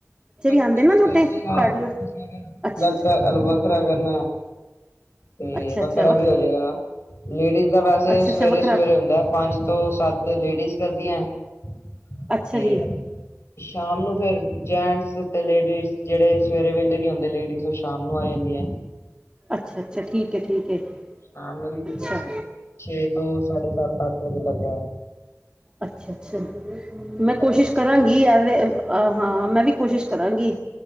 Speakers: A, on the left (about 55°); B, on the right (about 20°).
A: ਇਕਠੇ
B: ਆਉਂਦੇ ਨਾ
A: ਵੀ
B: ਛੋਟੇ
A: ਕਰ ਲਿਆ
B: ਕਾਰਡੀਓ ਅੱਛਾ
A: ਵੱਖਰਾ
B: ਅੱਛਾ
A: ਖਰਾ ਕਰਨਾ ਆ ਤੇ
B: ਅੱਛਾ
A: ਵੱਖਰਾ
B: ਅੱਛਾ ਵੱਖ
A: ਵੀ ਹੋ ਜਾਏਗਾ ਲੇਡੀਜ਼ ਦਾ ਵੈਸੇ
B: ਅੱਛਾ
A: ਸਵੇਰੇ
B: ਅੱਛਾ ਵੱਖਰਾ
A: ਸਵੇਰੇ ਹੁੰਦਾ ਪੰਜ ਦੋ ਸੱਤ ਲੇਡੀਜ਼ ਕਰਦੀਆਂ ਤੇ
B: ਅੱਛਾ ਜੀ
A: ਸ਼ਾਮ ਨੂੰ ਫਿਰ ਜੈਂਟਸ ਲੇਡੀਜ਼ ਜਿਹੜੇ ਸਵੇਰੇ ਵੇਲੇ ਨੀ ਆਉਂਦੇ ਲੇਡੀਜ਼ ਉਹ ਸ਼ਾਮ ਨੂੰ ਆ ਜਾਂਦੀ ਹੈ
B: ਅੱਛਾ ਅੱਛਾ ਠੀਕ ਹੈ ਠੀਕ ਹੈ
A: ਸ਼ਾਮ ਨੂੰ ਵੀ
B: ਅੱਛਾ
A: ਛੇ ਤੋਂ ਸਾਢੇ ਸੱਤ ਤੱਕ ਨਿਕਲਦੇ ਹੈ
B: ਅੱਛਾ ਅੱਛਾ ਮੈਂ ਕੋਸ਼ਿਸ਼ ਕਰਾਂਗੀ, ਹਾਂ ਮੈਂ ਵੀ ਕੋਸ਼ਿਸ਼ ਕਰਾਂਗੀ,।